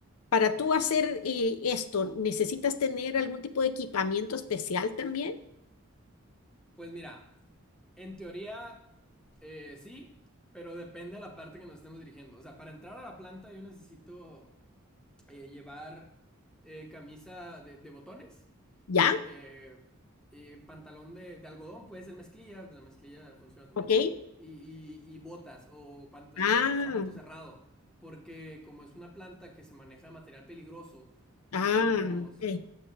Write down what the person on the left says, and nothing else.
para tú hacer eh, esto, ¿necesitas tener algún tipo de equipamiento especial también?
¿Ya?
¿Ok?
Ah,
Ah,
ok.